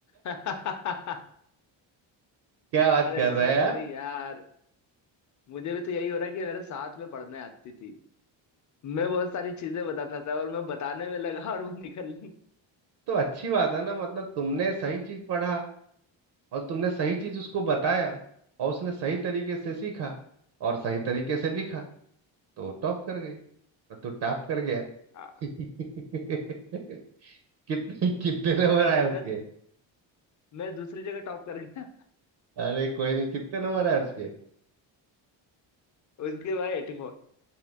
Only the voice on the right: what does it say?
क्या बात
कर
रहा है यार
तो अच्छी बात है ना मतलब तुमने सही चीज पढ़ा और तुमने सही चीज उसको बताया और उसने सही तरीके से सीखा और सही तरीके से लिखा तो वो टॉप कर गई और तू टॉप कर गया
<laughs> कितने कितने नंबर
आए उसके
अरे कोई नहीं कितने नंबर आए उसके